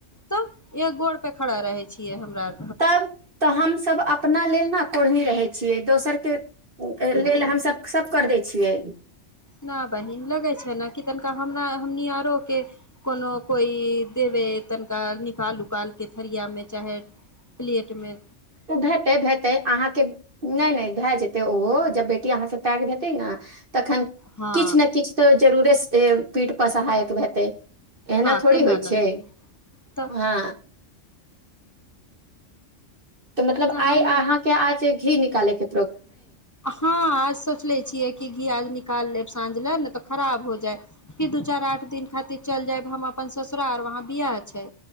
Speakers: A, on the left; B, on the right.
A: तब एक गोड़ पे खड़ा रहे छियै हमरा आर
B: तब तऽ हमसभ अपना लेल ने कोढ़नी रहै छियै दोसर के लेल हमसब सब कर दै छियै
A: न बहिन लगै छै ने कि तनिका हम हमनी आरो के कोनो कोई देव तनिका निकाल उकाल के थरिया में चाहे प्लेट में
B: ओ भेतै भेतै अहाँके नहि नहि भए जेतै ओहो जब बेटी अहाँ टैग भेतेय न तहन
A: हँ
B: किछ ने किछ त जरुरे से पीठ पर सहायक भेतै एना
A: हँ
B: थोड़ी
A: केना
B: होइ
A: ने
B: छै
A: तऽ
B: हँ तऽ मतलब आइ
A: हमहूँ
B: अहाँके आज घी निकाले के
A: हँ आज सोचले छियै कि घी आज निकाल लेब साँझ ले ने तऽ खराब हो जाय फिर दू चार आठ दिन खातिर चल जायब हम अपन ससुरार वहाँ बि ये छै